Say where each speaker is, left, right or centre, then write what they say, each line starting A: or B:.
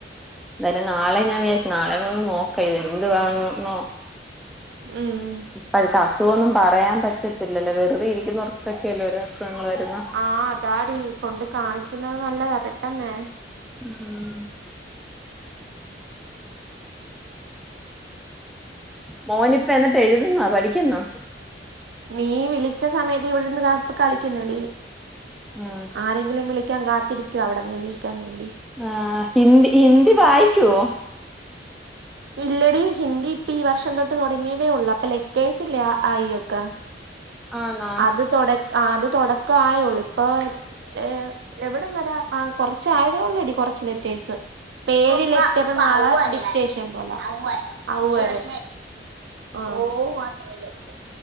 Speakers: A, in the centre; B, on the right.
A: എന്തായാലും നാളെ ഞാൻ വിചാരിച്ചു നാളെ കൂടെ ഒന്ന് നോക്ക ഇത് എന്ത് വാണെന്നോ
B: ഉം
A: ഇപ്പഴത്ത അസുഖോന്നും പറയാൻ പറ്റത്തില്ലല്ലോ വെറുതെ ഇരിക്കുന്നവർക്കൊക്കെയല്ല ഒരേ അസുഖങ്ങൾ വരുന്ന
B: ആഹ അതാടി കൊണ്ട് കാണിക്കുന്നത് നല്ലതാ പെട്ടെന്നേ
A: ഉം മോനിപ്പ എന്നിട്ട് എഴുതുന്നോ പഠിക്കുന്നോ
B: നീ വിളിച്ച സമയത്ത് ഇവിടെന്ന് ക കളിക്കുന്നടി
A: ഉം
B: ആരെങ്കിലും വിളിക്കാൻ കാത്തിരിക്കുവാ അവിടെന്നണിക്കാൻ വേണ്ടി
A: ആഹ് ഹിന്ദി ഹിന്ദി വായിക്കുവോ
B: ഇല്ലടി ഹിന്ദി ഇപ്പൊ ഈ വർഷം തൊട്ട് തുടങ്ങിയതേ ഉള്ളൂ അപ്പൊ ലെറ്റേഴ്സ് അയൊക്കെ
A: ആന്നാ
B: അത് തൊട അത് തൊട ക്കായള്ളൂ ഇപ്പൊ ഏ എവിടം വരാ ആ കൊറച്ച് ആയതേ ഉള്ളടി കൊറച്ച് ലെറ്റേഴ്സ് ഏഴ് ലെറ്ററ് നാളെ ഡിക്റ്റേഷം ഔ വരെ ഓമാത്ര ഉള്ളൂ